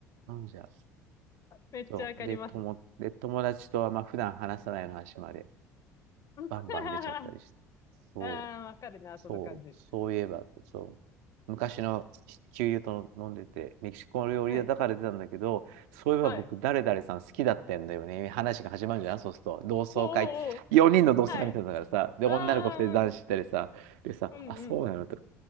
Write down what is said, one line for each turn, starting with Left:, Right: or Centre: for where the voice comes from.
Right: う。なんじゃ。
Left: めっちゃわかります。
Right: そう。で、友、で、友達とは、まあ、普段話さないような話まで、
Left: <laughs>
Right: バンバン出ちゃったりして。そう。
Left: ああ、わかるな、その感じ。
Right: そう、そういえば、そう、昔の旧友と飲んでて、メキシコ料理屋だから出たんだけど、
Left: はい。
Right: そういえば僕、
Left: はい。
Right: 誰々さん好きだったんだよね。話が始まるじゃん、そうすると。同窓会、
Left: おうおうおう。
Right: 4人の同窓会見てたんだからさ、
Left: はい。
Right: で、
Left: ああ、
Right: 女の子2人男子行ったりさ、
Left: うん
Right: でさ、
Left: うん。うんうん。
Right: あ、そうなのとか、